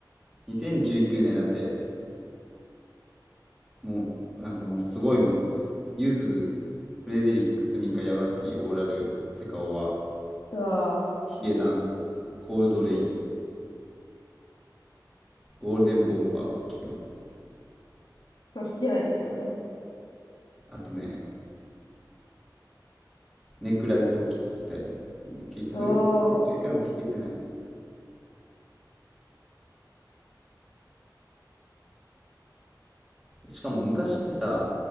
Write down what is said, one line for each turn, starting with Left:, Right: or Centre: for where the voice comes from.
Centre: 2019年だって、もう、なんかもうすごいもんな。ゆず、フレデリック、スミカ、ヤバティ、オーラル、セカオワ、
Left: うわ
Centre: ヒゲダン、コールドレイン、ゴールデンボンバーも聴けます。
Left: ぁ、<laughs> 聞けないですけどね。
Centre: あとね、ネクライトを聴きたい。結局ね、
Left: おー、
Centre: 一回も聴けてない。しかも昔ってさ、